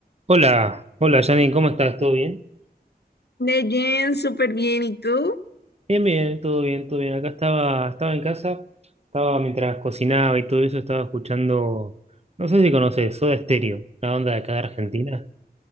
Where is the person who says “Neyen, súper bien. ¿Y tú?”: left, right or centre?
Left